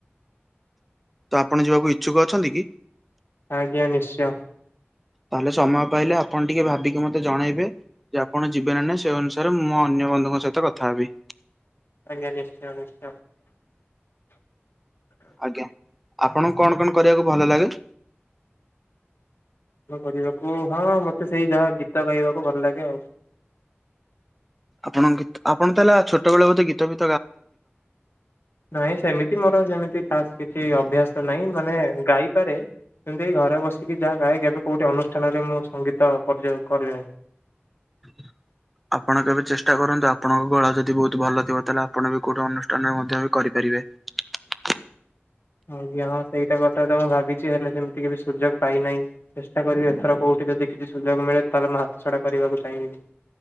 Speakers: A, in the centre; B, on the left.
A: ତ ଆପଣ ଯିବାକୁ ଇଚ୍ଛୁକ ଅଛନ୍ତି କି?
B: ଆଜ୍ଞା ନିଶ୍ଚୟ।
A: ତାହେଲେ ସମୟ ପାଇଲେ ଆପଣ ଟିକେ ଭାବିକି ମତେ ଜଣେଇବେ ଯେ ଆପଣ ଯିବେ ନା ନାଇଁ ସେ ଅନୁସାରେ ମୁଁ ଅନ୍ୟ ବନ୍ଧୁଙ୍କ ସହିତ କଥା ହେବି।
B: ଆେଇମାନେ
A: ଆଜ୍ଞା ଆ ଆପଣଙ୍କୁ କଣ କଣ କରିବାକୁ ଭଲ ଲାଗେ?
B: କ କରିବାକୁ ହଁ ମତେ ସେଇ ଯାହା ଗୀତ ଗାଇବାକୁ ଭଲ ଲାଗେ ଆଉ।
A: ଆପଣଙ୍କ ଗୀତ ଆପଣ ତ ହେଲା ଛୋଟବେେଳେ ବୋଧେ ଗୀତ ଗ
B: ନାଇଁ ସେମିତି ମୋର ଯେମିତି ଖାସ୍ କି କିଛି ଅଭ୍ୟାସ ନାହିଁ ମାନେ ଗାଇପାରେ ସେମିତି ଏ ଘରେ ବସିକି ଯାହା ଗାଏ କେ ଏବେ କୋଉଠି ଅନୁଷ୍ଠାନରେ ମୁଁ ସଙ୍ଗୀତ ପରିଚୟ କଲି ନାହିଁ।
A: ହ ଆପଣ କେବେ ଚେଷ୍ଟା କରନ୍ତୁ ଆପଣଙ୍କ ଗଳା ଯଦି ବୋହୁତ ଭଲ ଥିବ ତାହେଲେ ଆପଣ ବି କୋଉଠି ଅନୁଷ୍ଠାନରେ ମଧ୍ୟ ବି କରିପାରୀ <unintelligible>
B: ଆଜ୍ଞା ହଁ ସେଇଟା କଥା ତ ମୁଁ ଭାବିଚି ହେଲେ ସେମି ଏତିକି ବି ସୁଯୋଗ ପାଇନାହିଁ ଚେଷ୍ଟା କରିବି ଏଥର କେଉଁଠି ଯଦି କିଛି ସୁଯୋଗ ମିଳେ ତାହେଲେ ମୁଁ ହାତଛଡ଼ା କରିବାକୁ ଚାହିଁବିନି।